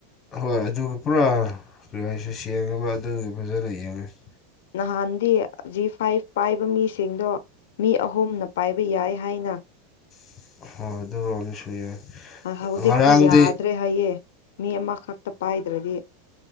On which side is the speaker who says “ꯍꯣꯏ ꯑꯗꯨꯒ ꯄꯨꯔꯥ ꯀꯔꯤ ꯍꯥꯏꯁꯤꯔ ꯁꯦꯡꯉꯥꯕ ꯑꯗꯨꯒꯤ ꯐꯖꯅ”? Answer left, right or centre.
Left